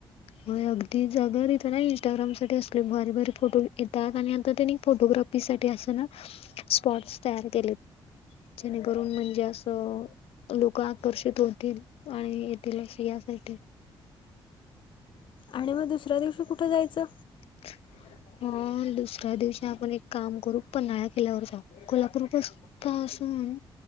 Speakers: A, on the left; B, on the left.
A: होय अगदी जागा तिथं ना, इंस्टाग्राम साठी असले भारी भारी फोटो येतात. आणि आता त्यांनी फोटोग्राफ फी साठी असं ना, स्पॉटस तयार केले. जेणेकरून म्हणजे असं लोक आकर्षित होतील आणि येतील असं यासाठी
B: आणि मग दुसऱ्या दिवशी कुठं जायचं?
A: <inaudible> ह दुसऱ्या दिवशी आपण एक काम करू पन्हाळ्या किल्ल्यावर जाऊ. कोल्हापूरपासू पासून